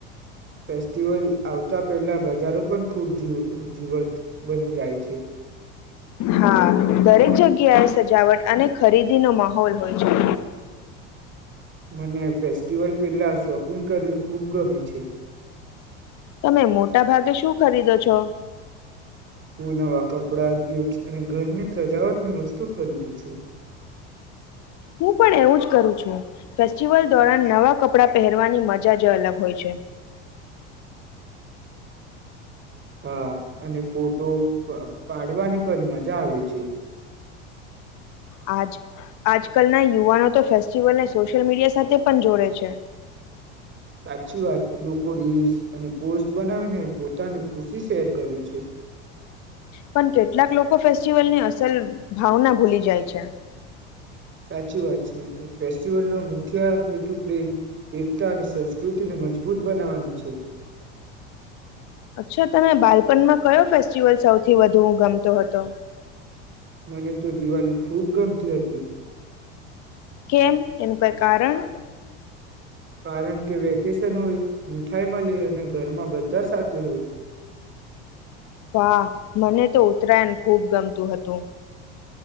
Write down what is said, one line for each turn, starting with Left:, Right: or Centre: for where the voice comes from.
Right: ફેસ્ટિવલ આવતા પહેલાં બજારો પણ ખૂબ જી જીવત બની જાય છે
Left: હા દરેક જગ્યા ક્યાય સજાવટ અને ખરીદીનો માહોલ હોય છે
Right: મને ફેસ્ટિવલ પહેલા શોપિંગ કરવી ખૂબ ગમે છે
Left: તમે મોટા ભાગે શું ખરીદો છો
Right: હું નવા કપડાં ગિફ્ટ્સ અને ઘરની સજાવટની વસ્તુ ખરીદું છું
Left: હું પણ એવું જ કરું છું ફેસ્ટિવલ દોરન નવા કપડા પહેરવાની મજા જ અલગ હોય છે
Right: હા અને ફોટો પાડવાની પણ મજા આવે છે
Left: આજકાલના યુવાનો તો ફેસ્ટિવલને સોશિયલ મીડિયા સાથે પણ જોડે છે
Right: સાચી વાત લોકો રીલ્સ અને પોસ્ટ બનાવીને પોતાની ખુશી શેર કરે છે.
Left: પણ કેટલાક લોકો ફેસ્ટિવલની અસલ ભાવના ભૂલી જાય છે.
Right: સાચી વાત તો ફેસ્ટિવલ નો મુખ્ય હેતુ પ્રેમ એકતા અને સંસ્કૃતિને મજબૂત બનાવવાનું છે.
Left: અચ્છા તમે બાલપણમાં કયો ફેસ્ટિવલ સૌથી વધુ ગમતો હતો.
Right: મને તો દિવાળી ખૂબ ગમતી હતી.
Left: કેમ એનું કાઈ કારણ
Right: કારણ કે વેકેશન હોય મીઠાઈ મળી અને ઘરમાં બધા સાથે હોય.
Left: વાહ મને તો ઉત્તરાયણ ખૂબ ગમતું હતું.